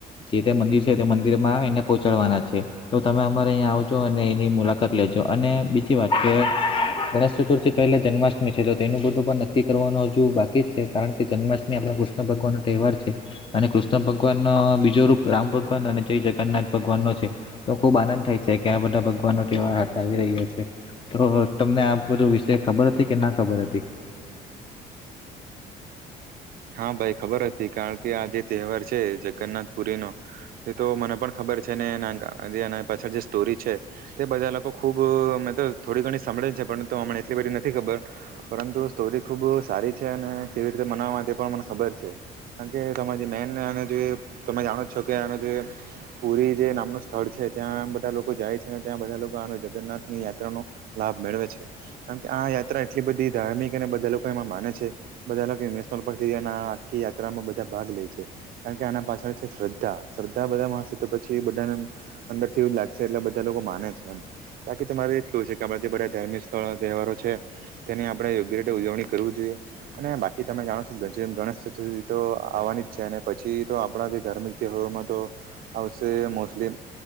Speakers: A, on the left (about 30°); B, on the right (about 60°).
A: જે તે મંદિર છે તે મંદિર માં આવી એને પહોંચાડવાના છે, તો તમે અમારે અહીંયા આવજો અને એની મુલાકાત લેજો. અને બીજી વાત કે ગણેશ ચતુર્થી પહેલા જન્માષ્ટમી છે. તો તે એનું બધું પણ નક્કી કરવાનું હજુ બાકી જ છે. કારણ કે જન્મા્ટમી આપણા કૃષ્ણ ભગવાનનો તહેવાર છે. અને કૃષ્ણ ભગવાન નો બીજો રૂપ રામ ભગવાન, અને જૈ જગન્નાથ ભગવાન નો છે. તો ખુબ આનંદ થાય છે કે આ બધા ભગવાનો તહેવાર હાથ આવી રહ્યા છે. તો તમને આ બધું વિષય ખબર હતી કે ના ખબર હતી?
B: હા! ભાઈ ખબર હતી કારણ કે આ જે તહેવાર છે, જગન્નાથ પુરીનો એ તો મને પણ ખબર છે ને, એના પાછળ જે સ્ટોરી છે. તે બધા લોકો ખૂબ મેં તો થોડી ઘણી સાંભળે છે. પરંતુ હમને એટલી બધી નથી ખબર પરંતુ સ્ટોરી ખૂબ સારી છે અને કેવી રીતે મનાવવા માટે હા, મને ખબર છે કારણ કે જે મેન તમે જાણો છો કે, આનું જે પુરી જે નામનું સ્થળ છે ત્યાં બધા લોકો જાય છે. અને ત્યાં બધા લોકો આ જગન્નાથની યાત્રાનો લાભ મેળવે છે. કારણ કે આ યાત્રા એટલી બધી ધાર્મિક અને બધા લોકો એમાં માને છે બધા લોકો <inaudible> આખી યાત્રામાં બધા ભાગ લે છે. કારણ કે આના પાછળ છે શ્રદ્ધા, શ્રદ્ધા બધા મારશે તો પછી બધાને અંદર થી એવું લાગશે એટલે બધા લોકો માને છે. એમ બાકી તમારે એ જ કેવું છે કે આપણાથી બધા ધાર્મિક સ્થળો તહેવારો છે. તેની આપણે યોગ્ય રીતે ઉજવણી કરવી જોઈએ અને બાકી તમે જાણો છો જેમ ગણેશ ચતુર્થી તો આવવાની જ છે, અને પછી તો આપણાથી ધાર્મિક તહેવારોમાં તો, આવશે મોસ્ટલી